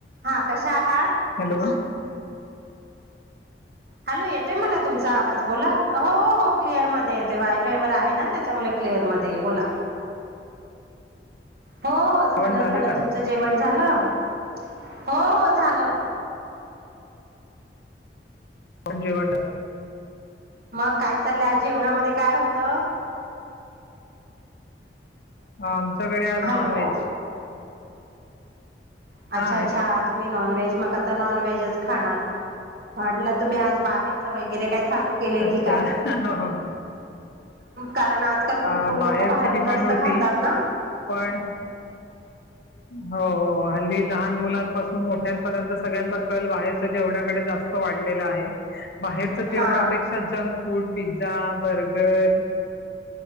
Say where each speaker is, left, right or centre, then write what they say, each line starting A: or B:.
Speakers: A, on the right (about 60°); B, on the left (about 60°).
A: हां कशा आहात?
B: हॅलो हा.
A: हॅलो येत ते मला तुमचा आवाज बोला हो हो क्लिअर मध्ये येतोय वायफाय वर आहे ना. त्याच्यामुळे क्लिअर मध्ये येईल बोला. हो हो
B: जेवण
A: झालं झालं
B: का
A: तुमचं जेवण झालं? हो हो झालं
B: <unintelligible>
A: मग काय चाललंय जेवणामध्ये काय होत?
B: ह आमच्याकडे आज
A: हॅलो
B: नॉन व्हेज.
A: अच्छा
B: हा आहे
A: अच्छा तुम्ही नॉनव्हेज मग आता नॉनव्हेजच खाणार म्हटलं तुम्ही आज बाहेरच वगैरे काय चालू केलेय
B: अच्छा
A: की काय.
B: हो हो
A: कारण आजकाल
B: अ,
A: भरपूर
B: बाहेरची
A: लोक बाहेरून
B: डिमांड
A: जास्त
B: होती
A: खातात ना.
B: पण <inaudible> हो हो हल्ली लहान मुलांपासून मोठ्यांपर्यंत सगळ्यांचा कल बाहेरच्या जेवण्याकडे जास्त वाढलेला आहे बाहेरच जेवणापेक्षा
A: हा
B: जंक फूड, पिझ्झा, बर्गर